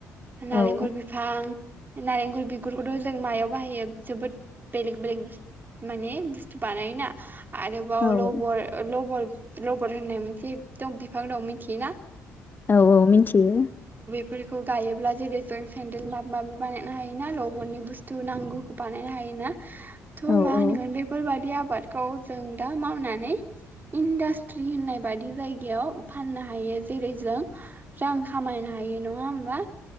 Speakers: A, on the right; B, on the left.
A: नालेंखल
B: औ
A: बिफां नारेंखल बिगुरखौथ' जों मायाव बाहायो जोबोद बेलेग बेलेग माने बुस्थु बानायोना आरोबाव
B: औ
A: लबर लबर रबर होननाय मोनसे दं बिफां दं मिथियोना
B: औ औ मिन्थियो
A: फोरखौ गायोब्ला जेरै जों सेन्देल माब माबि बानायनो हायोना लबरनि बुस्थु नांगौ बानायनो हायोना थ'
B: औ
A: मा होनगोन
B: औ
A: बेफोरबायादिया आबादखौ जों दा मावनानै इन्डासट्रि होननाय बायि जायगायाव फाननो हायो जेरै जों रां खामायनो हायो नङा होमबा